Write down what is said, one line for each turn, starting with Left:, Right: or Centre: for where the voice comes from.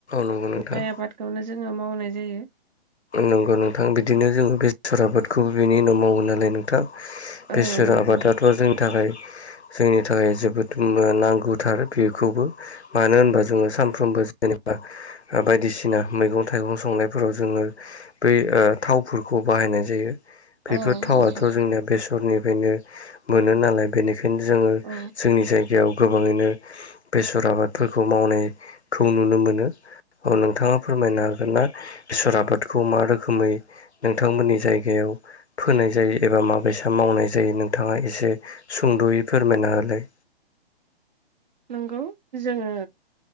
Left: नंगौ नोंथां
Right: माइ आबादखौनो जोंङो मावनाय जायो।
Left: नंगौ नोंथां बिदिनो जोंङो बेसर आबादखौबो बिनि उनाव मावो नालाय नोंथां।
Right: औ
Left: बेसोर
Right: नंगौ
Left: आबादाथ' जोंनि थाखाय जोंनि थाखाय जोबोद नांगौथार बेखौबो मानो होनबा जोंङो सानफ्रोमबो जेन बायदिसिना मैगं थाइगं संनायफोराव जोंङो बै ओ थावफोरखौ बाहायनाय जायो। बेफोर
Right: औ
Left: थावआथ'
Right: नंगौ
Left: जोंनिया बेसरनिफ्रायनो मोनो नालाय बेनिखायनो बेखायनो जोंङो
Right: औ
Left: जोंनि जायगायाव गोबाङैनो बेसर आबादफोरखौ मावनाय खौ नुनो मोनो औ नोंथाङा फोरमायनो हागोन ना बेसोर आबाद बे खौ मा रोखोमै नोंथांमोननि जायगायाव फोनाय जायो एबा माबेसा मावनाय जायो नों नोंथाङा एसे सुंद'यै फोरमायना होलाय।
Right: गौ जोंङो